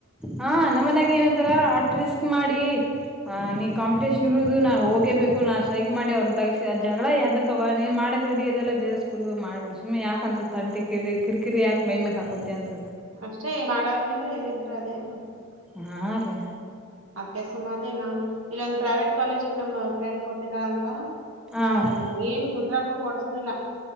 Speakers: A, in the centre; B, on the right (about 80°).
A: ಹಾ ನಮ್ಮನಾಗ ಏನಂತಾರ ಆಟ ರಿಸ್ಕ್ ಮಾಡಿ ಹ ನೀ ಕಾಂಪಿಟೇಷನ್ ಇರುವುದು ನಾನ್ ಹೋಗೇಬೇಕು ನಾ ಸ್ಟ್ರೈಕ್ ಮಾಡಿ ಅವ್ರನ್ನ ತಗಸಿ ಆ ಜಗಳ ಯಾದಕ್ಕವ ನೀನ್ ಮಾಡಕ್ ರೆಡಿ ಇದೆಲ್ಲ ಬೇರೆ ಕು ಮಾಡಬಿಡ್ ಸುಮ್ ಯಾಕ ಅಂತದ್ ತಂಟೆ ಕ ಎಲಿ ಕಿರಿ ಕಿರಿ ಯಾಕ ಮೈಮ್ಯಾಗ್ ಹಕೋತಿ ಅಂತ
B: ಅಷ್ಟೇ ಮಾಡಾರ್ಗೇನ್ ಎಲ್ಲ ಇದ್ರು ಅದ ಹ್ಮ
A: ಹಾ
B: <inaudible>
A: ರೀ
B: ಅದ್ಕೆ ಸುಮ್ ಆದೆ ನಾನ್ <inaudible> ಇಲ್ಲೊಂದ್ ಪ್ರೈವೇಟ್ ಕಾಲೇಜಿ ನಮ್ಮ್ ಫ್ರೆಂಡ್ ಕೊಟ್ಟಿದಾರ ಅಂತ
A: ಹಾ
B: ಹ
A: ರೀ
B: ಏನ್ ಗುಂಡ್ರಾಕೂ ಕೊಡ್ಸೋದಿಲ್ಲ